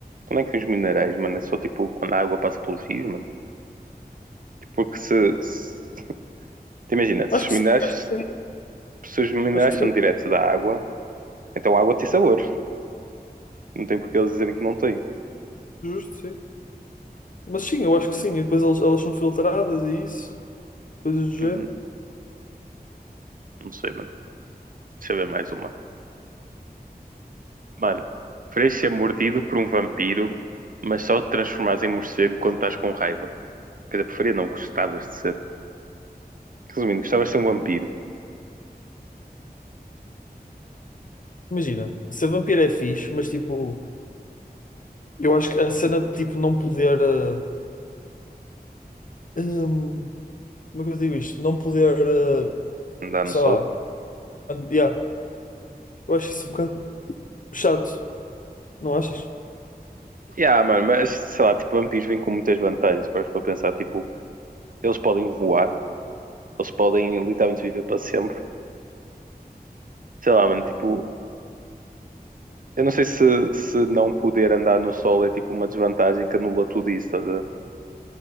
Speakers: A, on the right; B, on the left.
A: Onde é que vêm os minerais, mano? É só tipo quando a água passa pelos rios, mano. Porque se. se... te Imagina, se
B: Acho
A: os
B: que
A: minerais.
B: sim, acho que sim.
A: Se os minerais
B: Acho que
A: são
B: sim.
A: diretos da água, então a água tem sabor. Não tem porque eles dizerem que não tem.
B: Justo, sim. Mas sim, eu acho que sim. E depois eles- elas são filtradas e isso, coisas do género.
A: Uhum. Não sei, mano. Deixa eu ver mais uma. Mano, preferias ser mordido por um vampiro, mas só te transformares em morcego quando estás com raiva. Quer dizer, preferia não, gostavas de ser. Resumindo, gostavas de ser um vampiro.
B: Imagina, ser vampiro é fixe, mas tipo, eu acho que a cena de tipo não poder. eh, hum, como é que eu digo isto? Não poder. eh,
A: Andar no
B: sei lá.
A: sol.
B: an- yeah, eu acho isso um bocado chato, não achas?
A: Yeah, mano, mas sei lá, tipo, vampiros vêm com muitas vantagens. Para para pensar, tipo, eles podem voar. Eles podem literalmente viver para sempre. Sei lá, mano, tipo, eu não sei se, se não poder andar no sol é tipo uma desvantagem que anula tudo isso, estás a ver?